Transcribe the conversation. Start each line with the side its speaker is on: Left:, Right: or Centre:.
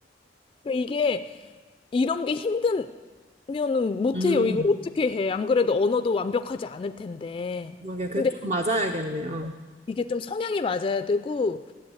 Left: 그러니까 이게 이런 게 힘들면은 못해요.
Right: 음,
Left: 이걸 어떻게 해. 안 그래도 언어도 완벽하지 않을 텐데.
Right: 그게 그좀
Left: 근데
Right: 맞아야겠네요.
Left: 어. 이게 좀 성향이 맞아야 되고,